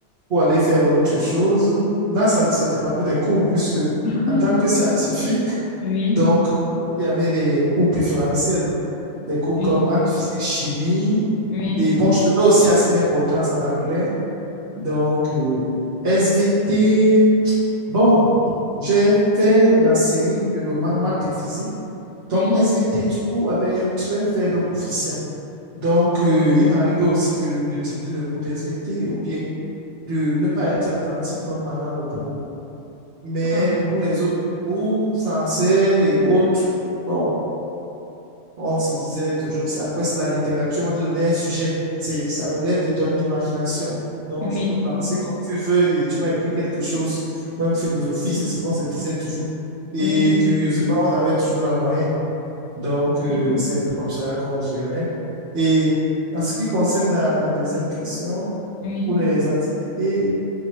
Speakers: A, on the right; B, on the left.
A: pour aller faire autre chose. Là, ça, ça dépendait des cours, puisque
B: <laughs>
A: en tant que scientifique,
B: oui,
A: Donc, il y avait des cours préférentiels, des cours
B: oui,
A: comme maths, physique, chimie.
B: oui,
A: Et bon, je donnais aussi assez d'importance à l'anglais. Donc, euh, SVT, bon, j'ai fait la série purement maths et physique. Donc,
B: oui,
A: SVT, du coup, avait un très faible coefficient. Donc, euh, il m'est arrivé aussi de, de tirer le cours d'SVT ou bien de ne pas être attentif même pendant le cours. Mais
B: ah,
A: pour les autres cours, français et autres, bon. On se disait toujours, c'est- après c'est la littérature, on va te donner un sujet. C'est, ça relève de ton imagination. Donc,
B: oui,
A: tu peux penser comme tu veux et tu vas écrire quelque chose. Même philosophie, c'est ce qu'on se disait toujours. Et
B: oui,
A: curieusement, on avait toujours la moyenne. Donc,
B: <laughs>
A: euh, c'est un peu comme ça qu'on gérait. Et en ce qui concerne la, la deuxième question,
B: oui,
A: pour les activités,